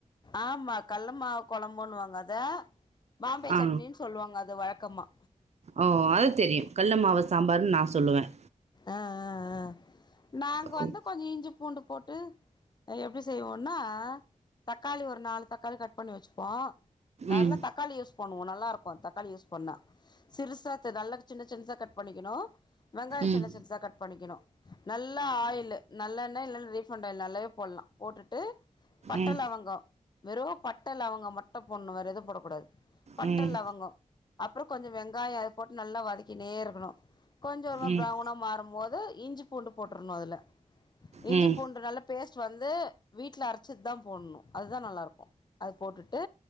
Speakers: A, on the left; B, on the right.
A: ஆமா கல்ல மாவு குழம்புன்னுவாங்க அத பாம்பே
B: ஆ
A: சட்னின்னு சொல்லுவாங்க அது வழ க்கமா
B: ஓ அது தெரியும் கல்ல மாவு சாம்பார்ன்னு நான் சொல்லுவேன்
A: ஆஹ் ஆஹ் ஆஹ் நாங்க
B: ஓ
A: வந்து கொஞ்ச இஞ்சி பூண்டு போட்டு எப்டி செய்வோனா தக்காளி ஒரு நாலு தக்காளி கட் பண்ணி வச்சுப்போம் நல்லா
B: ம்
A: தக்காளிய பன்னுவோ நல்லாருக்கூ தக்காளி யூஸ் பண்ணா சிறுசா நல்ல சின்ன சின்னதா கட் பண்ணிக்கணும்
B: ம்
A: சிருசு சிருசா கட் பண்ணிக்கணு நல்லா ஆயிலு நல்லெண்ண இல்லன்னா ரீபண்ட் ஆயில் நல்லாவே போடலா போட்டுட்டு பட்ட
B: ம்
A: லவங்கோ வெறு பட்ட லவங்க மட்டு போட்ணு வேற எது போடக்கூடாது பட்ட
B: ம்
A: லவங்கோ அப்புற கொஞ்சோ வெங்காயோ அத போட்டு நல்லா வதக்கினே இருக்கணு கொஞ்சோ
B: ம்
A: ப்ரவுனா மாறும்போது இஞ்சி பூண்டு போட்ருன்னு அதுல இஞ்சி
B: ம்
A: பூண்டு
B: ம்
A: நல்ல பேஸ்ட் வந்து வீட்ல அரைச்சுத்து தா போட்ணு அதுதான் நல்லா இருக்கூ அது போட்டுட்டு